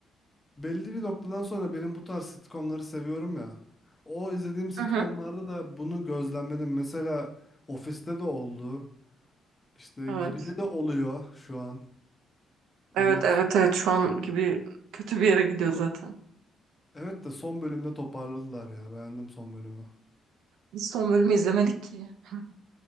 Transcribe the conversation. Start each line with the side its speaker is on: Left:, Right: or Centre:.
Left: belli bir noktadan sonra benim bu tarz sitcomları seviyorum ya. O izlediğim sitcomlarda
Right: Hı hı.
Left: da bunu gözlemledim. Mesela Office'te de oldu. İşte
Right: Evet.
Left: Gibi'de de oluyor şu an. Ondan
Right: Evet evet
Left: sonra.
Right: evet şu an gibi kötü bir yere gidiyor zaten.
Left: Evet de son bölümde toparladılar ya. Beğendim son bölümü.
Right: Biz son bölümü izlemedik ki. Hı. hı.